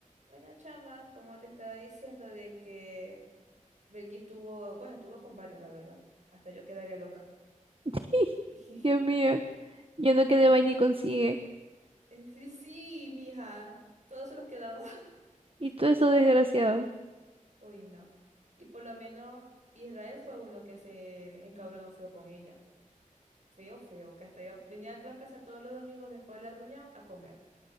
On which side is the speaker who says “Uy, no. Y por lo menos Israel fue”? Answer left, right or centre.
Right